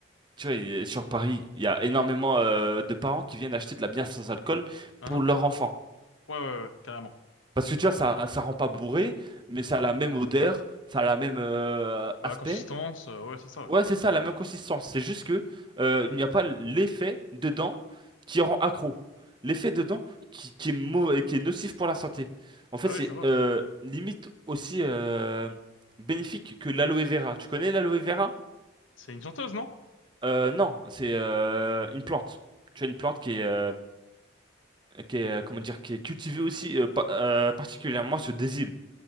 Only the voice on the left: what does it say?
Hein?
Ouais, ouais, ouais, carrément.
Bah,
consistance, euh, ouais, c'est ça, ouais.
Bah
oui, je vois.
C'est une chanteuse, non?